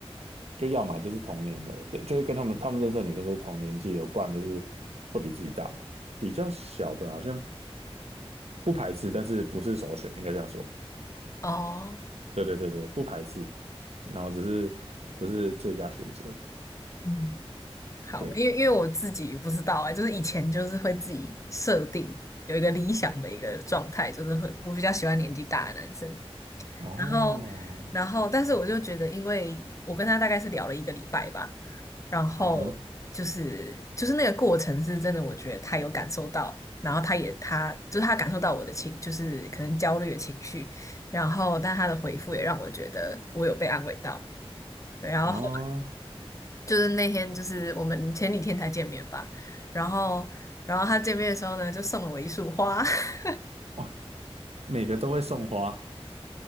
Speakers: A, on the right; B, on the left.
A: 就要么就是同年的，就是跟他们他们认识的女生都是同年纪的，不然就是会比自己大。比较小的好像不排斥，但是不是首选，应该这样说。
B: 哦，
A: 对对对对，不排斥，然后只是不是最佳选择。
B: 嗯，好，
A: 对，
B: 因为因为我自己不知道啊、就是以前就是会自己设定有一个理想的一个状态，就是会我比较喜欢年纪大的男生，
A: 哦，
B: 然后，然后，但是我就觉得，因为我跟他大概是聊了一个礼拜吧，然后
A: 啊哈，
B: 就是就是那个过程是真的，我觉得他有感受到，然后他也他就是他感受到我的情，就是可能焦虑的情绪，然后但他的回复也让我觉得我有被安慰到。对，然后后来
A: 哦，
B: 就是那天，就是我们前几天才见面吧，然后，然后他见面的时候呢，就送了我一束花，<laughs>
A: 哇，每个都会送花，